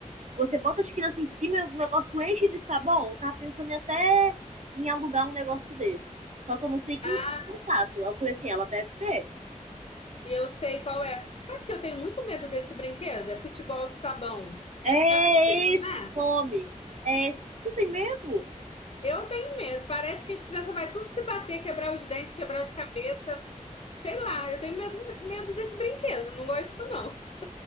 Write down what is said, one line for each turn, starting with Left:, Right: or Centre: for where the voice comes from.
Right: que você bota as crianças em cima e o negócio enche de sabão? Eu tava pensando em até em alugar um negócio desse. Só que eu não sei quem
Left: Ah,
Right: tem contato. Aí Eu falei assim, ela deve ter.
Left: eu sei qual é. Sabe que eu tenho muito medo desse brinquedo? É futebol de sabão. É-
Right: É
Left: é, acho que é isso, não
Right: esse
Left: é?
Right: nome. É, tu tem medo?
Left: Eu tenho medo. Parece que as crianças vão tudo se bater, quebrar os dentes, quebrar as cabeças. Sei lá, eu tenho medo, medo desse brinquedo. Não gosto, não.